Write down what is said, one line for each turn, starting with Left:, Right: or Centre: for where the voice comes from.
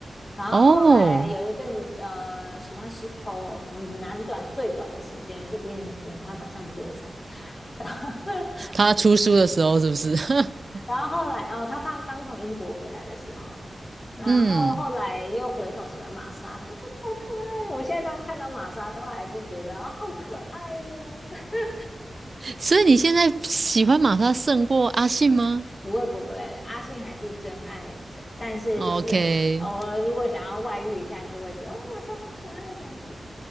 Left: 然后后来有一阵子，
Right: 哦，
Left: 呃，喜欢石头，嗯，蛮短最短的时间，毕竟，嗯，他长相不是我的菜。<laughs>
Right: 他出书的时候是不是？<laughs>
Left: 然后后来哦，他唱刚从英国回来的时候，然后后来又回头喜欢玛莎，
Right: 嗯，
Left: 他真的好可爱哦。我现在到看到玛莎都还是觉得哦好可爱哦。<laughs>
Right: 所以你现在喜欢玛莎胜过阿信吗
Left: 不会不会不会阿信还是真爱的，但是就是偶尔如果想要外遇一下，
Right: ？OK，
Left: 就会觉得哦玛莎好可爱这样子。